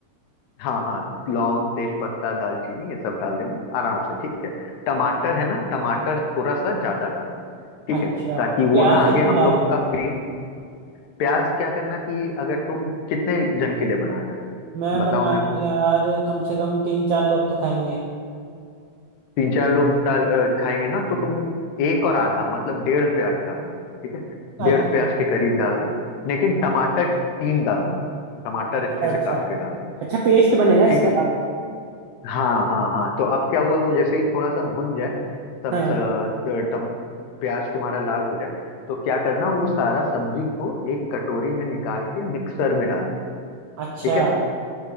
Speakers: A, on the left; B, on the right.
A: हाँ हाँ लौंग तेज पत्ता दालचीनी ये सब डाल देना आराम से ठीक है टमाटर है ना टमाटर थोड़ा सा ज्यादा डालना ठीक
B: अच्छा
A: है ताकि
B: प्याज
A: वो ना आगे
B: कितने
A: हम
B: डालूं
A: लोग का पे, प्याज क्या करना कि अगर तुम कितने जन के लिए बना रहे हो
B: मैं
A: बताओ
B: बना
A: मेरे
B: रहा हूँ
A: को
B: यार कम से कम तीन चार लोग तो खाएंगे
A: तीन चार लोग डाल अ, खाएंगे ना तो तुम एक और आधा मतलब डेढ़ प्याज डालना ठीक है डेढ़
B: अच्छा
A: प्याज के करीब डालना लेकिन टमाटर तीन डालना तब टमाटर
B: अच्छा
A: अच्छे
B: अच्छा
A: से काट के डालना
B: अच्छा पेस्ट बनेगा
A: ठीक
B: इसका
A: है हाँ हाँ हाँ तो अब क्या हुआ वो जैसे ही थोड़ा सा भुन जाए सब
B: हाँ
A: स- टम, प्याज तुम्हारा लाल हो जाए तो क्या करना वो सारा सब्जी को एक कटोरी में निकाल के मिक्सर में डाल देना
B: अच्छा
A: ठीक है